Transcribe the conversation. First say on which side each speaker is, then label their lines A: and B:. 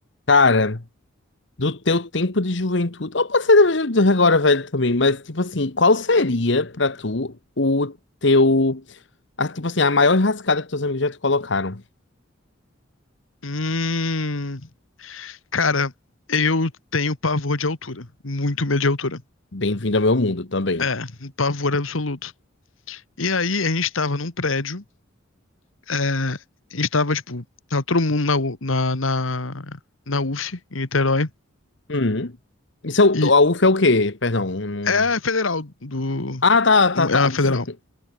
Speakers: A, on the left; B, on the left.
A: Cara, do teu tempo de juventude, ou pode ser de de agora velho também, mas tipo assim, qual seria pra tu o teu, a, tipo assim, a maior rascada que teus amigos já te colocaram?
B: Hum, cara, eu tenho pavor de altura. Muito medo de altura.
A: Bem-vindo ao meu mundo também.
B: É, um pavor absoluto. E aí, a gente tava num prédio, é, a gente tava, tipo, tava todo mundo na, U- na, na, na UF, em Niterói,
A: Hum. Isso é, o-
B: e
A: a UF é o quê? Perdão. hum.
B: é a federal do.
A: Ah, tá, tá, tá.
B: É a federal.
A: <laughs>